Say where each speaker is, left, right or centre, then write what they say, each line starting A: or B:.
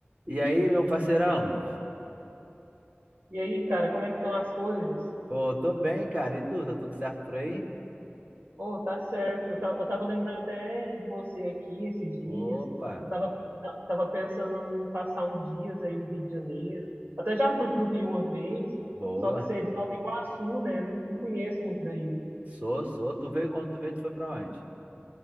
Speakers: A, on the right; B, on the right.
A: E aí, meu parceirão?
B: E aí, cara, como é que estão as coisas?
A: Pô, tô bem, cara. E tu? Tá tudo certo por aí?
B: Oh, tá certo. Eu, ta- eu tava lembrando até de você aqui esses dias.
A: Opa,
B: Eu tava, ta- tava pensando em passar uns dias aí no Rio de Janeiro. Até já fui pro Rio uma vez,
A: boa.
B: só que você é de Nova Iguaçu, né? Não, não conheço muito daí.
A: Sou, sou. Tu veio quando tu veio, tu foi pra onde?